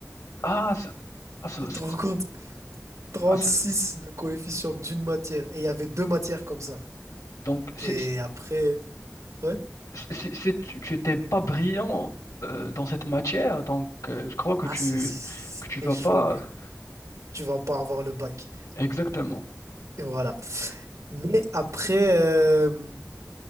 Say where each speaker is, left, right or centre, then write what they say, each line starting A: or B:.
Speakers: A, on the left; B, on the right.
A: Ah, ça- ah, ça-
B: Tu
A: ça-
B: te rends compte? trente
A: ah, ça-
B: six de coefficient d'une matière. Et il y avait deux matières comme ça.
A: donc, c'est,
B: Et après, ouais.
A: c'est- c'est- c'est- tu tu étais pas brillant euh, dans cette matière, donc euh, je crois que
B: Ah,
A: tu
B: c'est c'est
A: que tu vas
B: chaud,
A: pas
B: ouais. Tu vas pas avoir le bac.
A: exactement.
B: Et voilà. Mais après, euh,